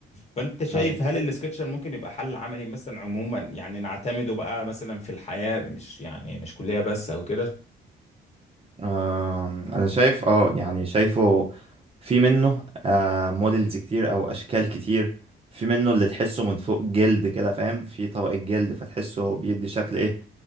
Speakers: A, on the left; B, on the right.
A: فانت شايف
B: أيوة.
A: هل السكتشر ممكن يبقى حل عملي مثلا عموما يعني نعتمده بقى مثلا في الحياه مش يعني مش كليه بس او كده
B: آم، انا شايف اه يعني شايفه في منه موديلز كتير او اشكال كتير في منه اللي تحسه من فوق جلد كده فاهم في طبقة جلد فتحسه بيدي شكل ايه